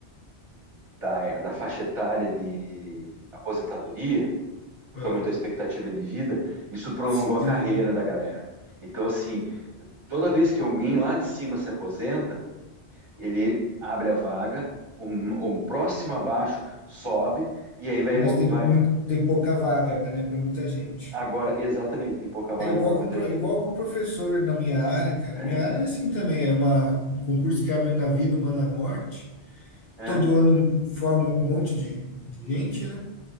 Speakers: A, on the right; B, on the left.
A: da, da faixa etária de aposentadoria, porque
B: Ah,
A: aumentou a expectativa de vida, isso prolongou
B: sim.
A: a carreira da galera. Então, assim, toda vez que alguém lá de cima se aposenta, ele abre a vaga, um, um próximo abaixo sobe, e aí vai,
B: mas tem
A: vai-
B: muito, tem pouca vaga, né, para muita gente.
A: Agora, exatamente, tem pouca vaga
B: É igual
A: para muita
B: com, pro-
A: gente.
B: igual com professor na minha área, cara.
A: É,
B: Na minha área, é assim também, é uma, um concurso que abre na vida, uma na morte.
A: é.
B: Todo ano forma um monte de, de gente, né?